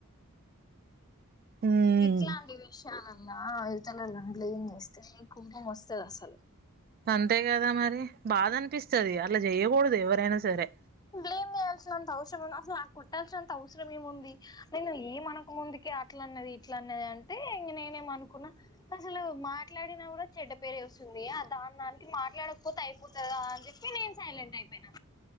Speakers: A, on the right; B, on the left.
A: హ్మ్
B: ఇట్ల అండి విషయాలు లా వితల లండ్లు ఏం చేస్తే కోపం వస్తుది అసలు
A: అంతే కదా మరి బాధ అనిపిస్తుంది అట్లా చెయకూడదు ఎవరైనా సరే
B: బ్లేమ్ చేయాల్సిన అంత అవసరం అసలా కొట్టాల్సి అంత అవసరం ఏముంది నేను ఏమన ముందుకి అట్ల అన్నది ఇట్ల అన్నది అంటే ఇంక నేనేమ అనుకున్నా అసలు మాట్లాడినా కూడా చెడ్డ పేరు వస్తుంది దాని దానికి మాట్లాడకపోతే అయిపోతుందా అని చెప్పి నేను సైలెంట్ అయిపోయినా